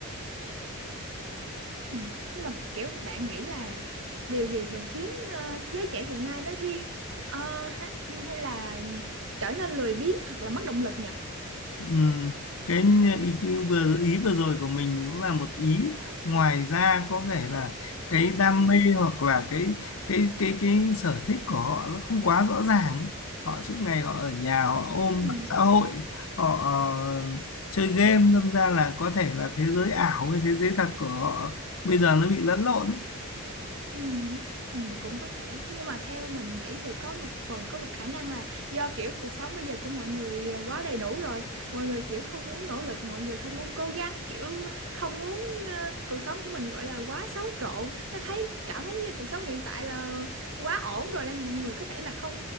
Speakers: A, on the right; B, on the left.
A: ừ, nhưng mà kiểu bạn nghĩ là điều gì thường khiến ờ, giới trẻ hiện nay nói riêng ờ, hay, hay là trở nên lười biếng hoặc là mất động lực nhỉ?
B: Ừm, cái ý kiến vừa ý vừa rồi của mình cũng là một ý ngoài ra có thể là cái đam
A: Ừ,
B: mê hoặc là cái cái cái cái sở thích của họ nó không quá rõ ràng ấy. Họ suốt ngày họ ở nhà họ ôm
A: ừ.
B: mạng xã hội họ ờ, chơi game đâm ra là có thể là thế giới ảo với thế giới thật của họ bây giờ nó bị lẫn lộn ấy.
A: Ừ, hử, ừ, cũng có thể Thế nhưng mà theo mình nghĩ thì có một phần có một khả năng là do kiểu cuộc sống bây giờ của mọi người à, quá đầy đủ rồi mọi người kiểu không muốn nỗ lực mọi người không muốn cố gắng kiểu không muốn ờ, cuộc sống của mình gọi là quá xáo trộn nên thấy cảm thấy cuộc sống hiện tại là quá ổn rồi nên mọi người có thể là không